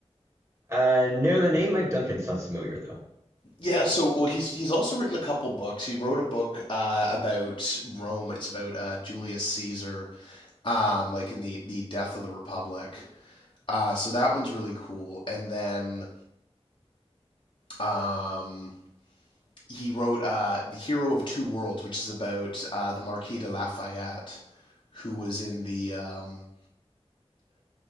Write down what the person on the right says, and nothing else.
Uh, no, the name Mike Duncan sounds familiar, though.